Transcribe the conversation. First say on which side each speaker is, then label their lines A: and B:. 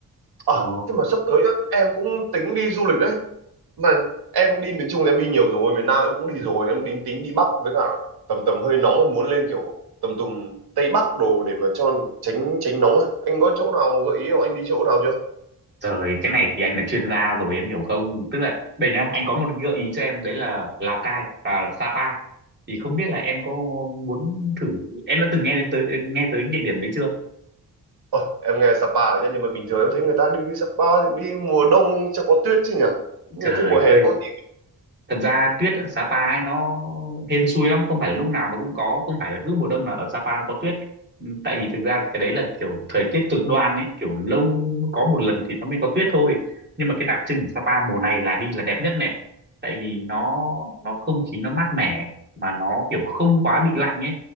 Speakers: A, on the right; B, on the right.
A: à
B: Ồ,
A: thế mà sắp tới á, em cũng tính đi du lịch đấy mà em đi miền Trung thì em đi nhiều rồi miền Nam em cũng đi rồi em tính tính đi Bắc với cả tầm tầm hơi nóng em muốn lên kiểu tầm tầm Tây Bắc đồ để mà cho tránh tránh nóng á. anh có chỗ nào gợi ý không anh đi chỗ nào chưa
B: trời, cái này thì anh là chuyên gia rồi em hiểu không? Tức là đây nhá, anh có một gợi ý cho em đấy là Lào Cai và Sapa. Thì không biết là em có muốn thử, em đã từng nghe đến tới nghe tới địa điểm đấy chưa?
A: Ôi, em nghe Sapa rồi nhá nhưng mà bình thường em thấy người ta đi Sapa thì đi mùa đông cho có tuyết chứ nhỉ nhưng
B: Trời
A: mà thế mùa hè
B: ơi,
A: có gì
B: thật ra tuyết ở Sapa ấy nó hên xui lắm không phải là lúc nào nó cũng có không phải là cứ mùa đông là ở Sapa nó có tuyết Ừ, tại vì thực ra cái đấy là kiểu thời tiết cực đoan ấy kiểu lâu mới có một lần thì nó mới có tuyết thôi nhưng mà cái đặc trưng của Sapa mùa này là đi là đẹp nhất này tại vì nó nó không khí nó mát mẻ mà nó kiểu không quá bị lạnh ấy